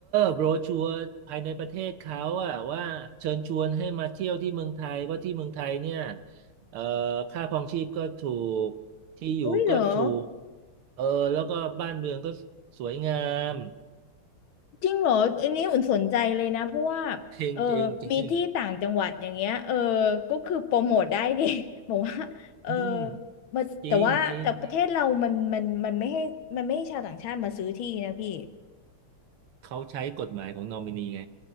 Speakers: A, on the right; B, on the left.
A: โบรชัวร์ภายในประเทศเขาอะว่าเชิญชวนให้มาเที่ยวที่เมืองไทยเพราะที่เมืองไทยเนี่ยเอ่อค่าครองชีพก็ถูกที่อยู่ก็ถูก
B: อุ้ยเหรอ
A: เออแล้วก็บ้านเมืองก็สวยงาม
B: จริงเหรออันนี้อุ่นสนใจเลยนะเพราะว่า
A: จริงจริงจริง
B: เออมีที่ต่างจังหวัดอย่างเงี้ยเออก็คือโปรโมทได้ดิ <laughs> บอกว่าเออ
A: อืม
B: มาแต่ว่าแต่ประเทศเรามันมันมันไม่ให้มันไม่ให้ชาวต่างชาติมาซื้อที่นะพี่
A: จริงจริง เขาใช้กฎหมายของนอมินีไง